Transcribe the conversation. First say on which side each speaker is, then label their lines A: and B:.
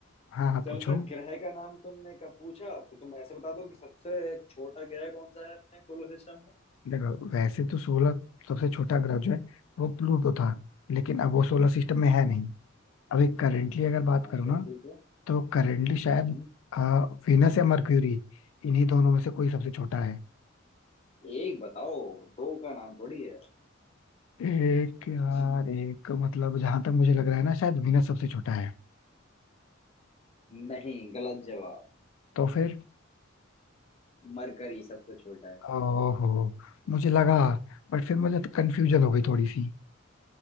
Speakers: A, on the left (about 75°); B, on the left (about 30°).
A: हाँ हाँ
B: चलो
A: पूछो
B: फिर ग्रह का नाम तुमने कब पूछा तो तुम ऐसे बता दो कि सबसे छोटा ग्रह कौन सा है अपने सोलर सिस्टम में
A: देखो वैसे तो सोलह सबसे छोटा ग्रह जो है वो प्लूटो था लेकिन अब वो सोलर सिस्टम में है नहीं अभी करेंटली अगर बात
B: हाँ
A: करूँ
B: तो
A: ना
B: ठीक है
A: तो करेंटली शायद
B: हम्म
A: आ, वीनस या मर्क्यूरी इन्हीं दोनों में से कोई सबसे छोटा है
B: एक बताओ दो का नाम थोड़ी है
A: एक यार
B: <laughs>
A: एक मतलब जहां तक मुझे लग रहा है ना शायद वीनस सबसे छोटा है
B: नहीं गलत जवाब
A: तो फिर
B: मरकरी सबसे छोटा है
A: ओहो मुझे लगा बट फिर मुझे तो कंफ्यूजन हो गई थोड़ी सी